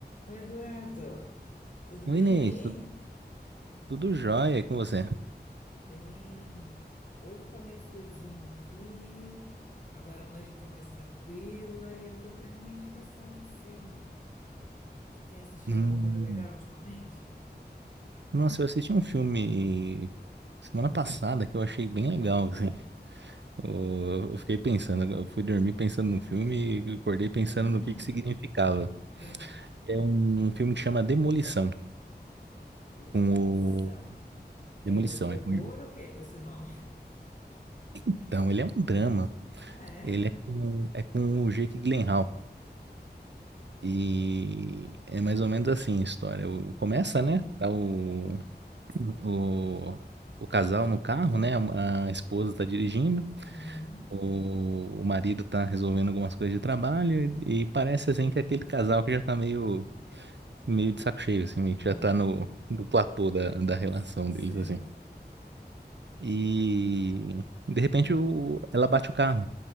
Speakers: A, on the left; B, on the right.
A: Oi, Eduardo, tudo
B: Oi,
A: bem
B: Inês,
A: aí?
B: tu- tudo jóia e com você?
A: Tudo bem? Hoje tá meio friozinho aqui. Agora à noite eu tô mais tranquila e eu tô querendo uma indicação de filme. Você tem assistido
B: Hum,
A: alguma coisa legal ultimamente?
B: Nossa, eu assisti um filme semana passada que eu achei bem legal, assim. Eu, eu fiquei pensando, eu fui dormir pensando no filme e acordei pensando
A: Uhum.
B: no que que significava.
A: Ah,
B: É um filme que chama Demolição,
A: Demolição.
B: com o...
A: É
B: Demolição,
A: de terror
B: é com...
A: ou o quê com esse nome?
B: Então, ele é um drama,
A: ah, é?
B: ele é com, é com o Jake Gyllenhaal. E é mais ou menos assim a história. O- Começa,
A: Ah,
B: né? Tá o o, o casal no carro, né? A, a esposa tá dirigindo,
A: uhum,
B: o, o marido tá resolvendo algumas coisas de trabalho e, e parece assim que é aquele casal que já tá meio, meio de saco cheio, assim, meio
A: uhum,
B: que já tá no, no platô da, da relação
A: S- sei,
B: deles, assim. E de repente o, ela bate o carro,